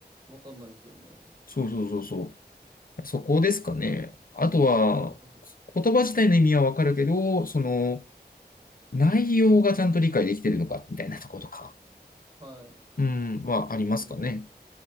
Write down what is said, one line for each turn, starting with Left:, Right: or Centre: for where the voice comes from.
Right: わかんないですよね。
Left: そうそうそうそうそこですかね。あとは、
Right: なるほど。
Left: こ言葉自体の意味はわかるけど、その、内容がちゃんと理解できてるのか、みたいなとことか、
Right: はい。
Left: うん、はありますかね。
Right: うんうん。